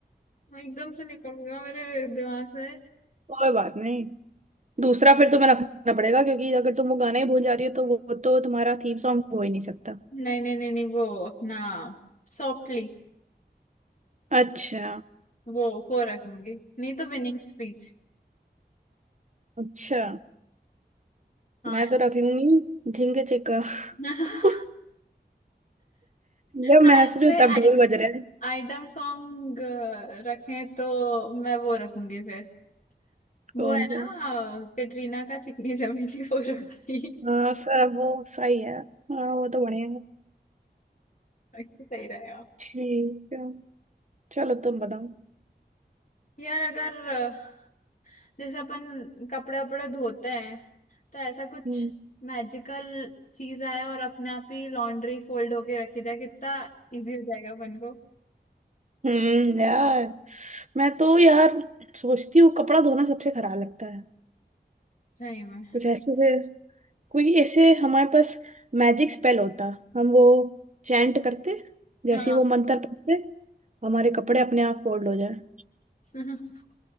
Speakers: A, on the left (about 50°); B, on the right (about 45°).
A: मैं एकदम से निकल गया मेरे दिमाग से
B: कोई बात नहीं दूसरा फिर तुम्हें रखना पड़ेगा क्योंकि अगर तुम वो गाना ही भूल जा रही हो तो वो तो तुम्हारा थीम सॉन्ग हो ही नहीं सकता
A: नहीं नहीं नहीं नहीं वो अपना सॉफ्टली
B: अच्छा
A: वो वो रखूंगी नहीं तो विनिंग स्पीच
B: अच्छा
A: हाँ
B: मैं तो रख लूंगी ढींगे चिक्का <laughs>
A: <laughs>
B: जब
A: हाँ
B: मैं हंस
A: कोई
B: रही हूँ तब ढोल बज रहा है
A: आइटम सॉन्ग रखें तो मैं वो रखूंगी फिर वो
B: कौन
A: है ना
B: सा
A: कैटरीना का चिकनी <laughs> चमेली वो रखी
B: हाँ सब वो सही है हाँ वो तो बढ़िया है
A: अच्छा, सही रहेगा
B: ठीक है चलो तुम बताओ
A: यार अगर अ, जैसे अपन कपड़े वपड़े धोते हैं तो ऐसा कुछ
B: हम्म
A: मैजिकल चीज आए और अपने आप ही लॉन्ड्री फोल्ड होके रखी जाए कितना इजी हो जाएगा अपन को
B: हम्म यार मैं तो यार सोचती हूँ कपड़ा धोना सबसे खराब लगता है
A: सही में
B: कुछ ऐसे से कोई ऐसे हमारे पास मैजिक स्पेल होता हम वो चैंट करते जैसे
A: हाँ
B: ही वो मंत्र पढ़ते हमारे कपड़े अपने आप फोल्ड हो जाए
A: <laughs>